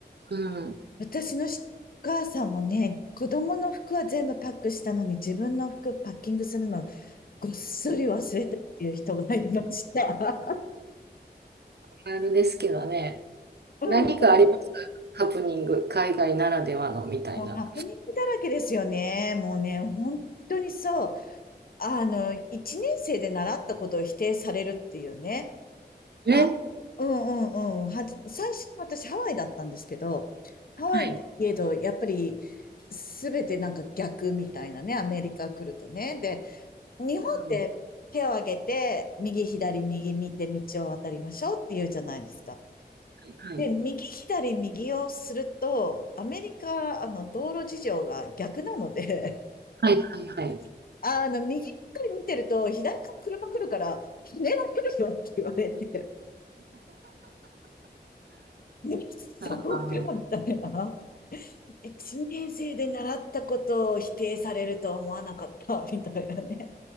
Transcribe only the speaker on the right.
うん。
あるですけどね。
何かありますハプニング、海外ならではのみたいな。
え
はい。
うん
はい。
はい。はい。はい。
あ